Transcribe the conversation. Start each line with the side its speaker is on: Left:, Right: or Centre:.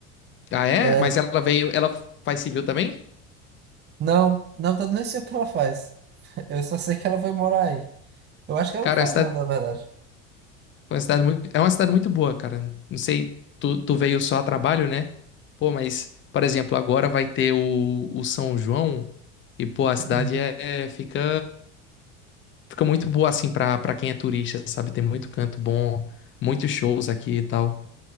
Left: Ah, é?
Right: Ela-
Left: Mas ela veio. Ela faz civil também?
Right: não, na verdade, nem sei o que ela faz. <laughs> Eu só sei que ela foi morar aí. Eu acho que ela
Left: Cara,
Right: não faz
Left: é cidade.
Right: nada, na verdade.
Left: Foi uma cidade muito, é uma cidade muito boa, cara. Não sei, tu, tu veio só a trabalho, né? Pô, mas, por exemplo, agora vai ter o, o São João e, pô, a cidade
Right: Uhum.
Left: é, é- fica, fica muito boa, assim, pra, pra quem é turista, sabe? Tem muito canto bom, muitos shows aqui e tal.